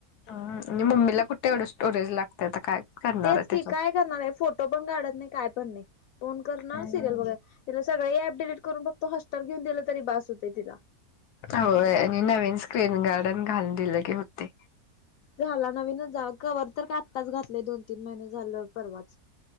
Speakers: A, on the left; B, on the left.
A: हा मम्मीला कुठ एवढं स्टोरेज लागतय आता काय करणार
B: तेच
A: आहे
B: की
A: त्याचं.
B: काय करणार आहे फोटो पण काढत नाही काय पण नाही फोन करणार
A: हम्म.
B: सिरियल वगैरे तिला सगळे अप डिलेट करून फक्त होस्टर घेऊन दिल तरी बस होतय तिला
A: होयं आणि नवीन स्क्रीन गार्डन घालूंन दिलेले होते.
B: झालां नवीनचं जां कंवर तरं कां आत्ताचं घातलंय दोन तीनं महिने झालं परवाचं.